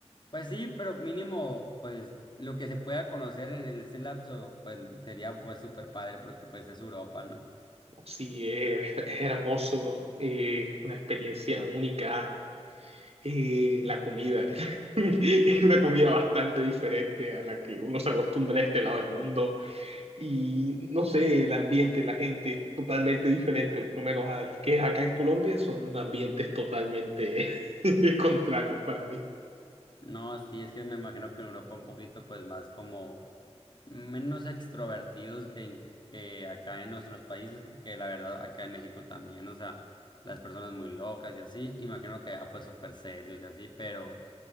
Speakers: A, on the left; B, on the right.
A: pues sí, pero mínimo, pues lo que se pueda conocer en ese lapso, pues sería pues súper padre porque pues es Europa, ¿no?
B: Sí, es, es hermoso, eh, una experiencia única. Eh, la comida <laughs> es una comida bastante diferente a la que uno se acostumbra a este lado del mundo y no sé, el ambiente, la gente totalmente diferente, por lo menos al que es acá en Colombia, son ambientes totalmente <laughs> contrarios para mí.
A: No, sí, es que me imagino que en Europa un poquito pues más como menos extrovertidos que, in- que acá en nuestros países, porque la verdad acá en México también, o sea, las personas muy locas y así, y me imagino que allá pues súper serios y así, pero...